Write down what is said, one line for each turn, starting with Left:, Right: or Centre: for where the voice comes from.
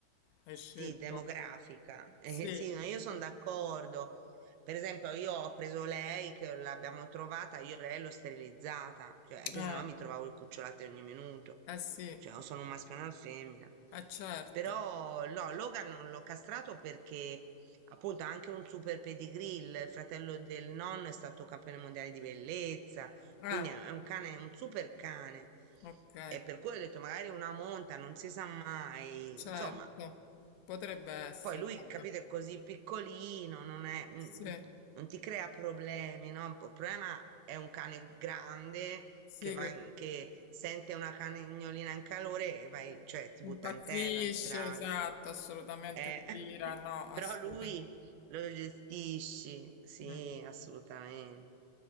Left: hai scelto.
Right: Sì, demografica. <laughs> Eh,
Left: Sì,
Right: sì, ma io sono d'accordo. Per esempio, io ho preso lei, che l'abbiamo trovata, io lei l'ho sterilizzata, cioè, anche
Left: eh,
Right: se no mi trovavo il cucciolato ogni minuto.
Left: eh sì,
Right: Cioè, o sono un maschio e una femmina.
Left: eh certo.
Right: Però, no, Logan non l'ho castrato perché, appunto, ha anche un super pedigree, il fratello del nonno è stato campione mondiale di bellezza,
Left: Ah,
Right: quindi è è un cane, è un super cane.
Left: ok,
Right: E per cui ho detto, magari una monta, non si sa mai.
Left: certo.
Right: Insomma,
Left: Potrebbe essere,
Right: poi lui,
Left: vabbè.
Right: capito, è così piccolino, non è, mm,
Left: Sì,
Right: mm, non ti crea problemi, no? Il problema è un cane grande
Left: sì,
Right: che, va
Left: che
Right: in- che sente una cagnolina in calore e vai, cioè, ti
Left: impazzisce,
Right: butta in terra, in strada.
Left: esatto, assolutamente
Right: Eh,
Left: ti tira,
Right: <laughs>
Left: no, assolutamente.
Right: però lui lo gestisci, sì,
Left: Mm.
Right: assolutamente.